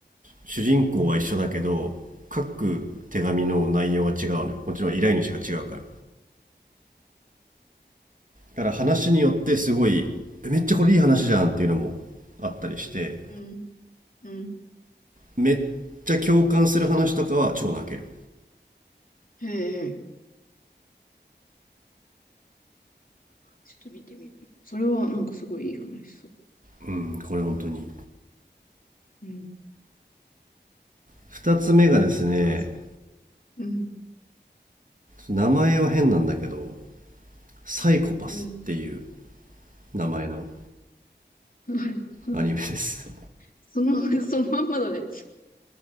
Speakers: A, on the right (about 45°); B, on the left (about 50°).
A: 主人公は一緒だけど、各手紙の内容が違うのよ。もちろん依頼主が違うから。だから話によってすごい、えめっちゃこれいい話じゃんっていうのもあったりして、
B: うん。うん。
A: めっちゃ共感する話とかは超泣ける。
B: へえ。ちょっと見てみる。それはなんかすごいいい話そう。
A: うん、これ本当に。
B: うん。
A: 二つ目がですね、
B: あとは、うん、
A: 名前は変なんだけど、サイコパスっていう
B: うん。
A: 名前の
B: <laughs>
A: アニメです。
B: その、そのまんまだね。